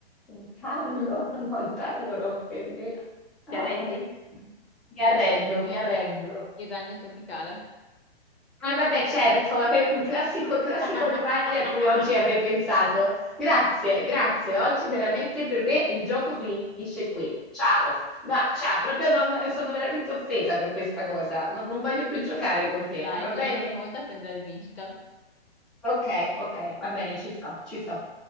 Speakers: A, in the centre; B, on the left.
A: un tarlo, <laughs> no, il tarlo rompe le...
B: No. Ti
A: No,
B: arrendi?
A: no. Mi arrendo, mi arrendo.
B: Il ragno tropicale.
A: Eh vabbè certo, <laughs> è un classico classico
B: <laughs>
A: animale a cui oggi avrei pensato. Grazie, grazie. Oggi veramente per me il gioco finisce qui. Ciao. Ma ciao, proprio non, sono veramente offesa per questa cosa. non non voglio più giocare con te,
B: Dai,
A: va bene?
B: la prossima volta prendi la rivincita.
A: Ok, ok, va bene, ci sto, ci sto.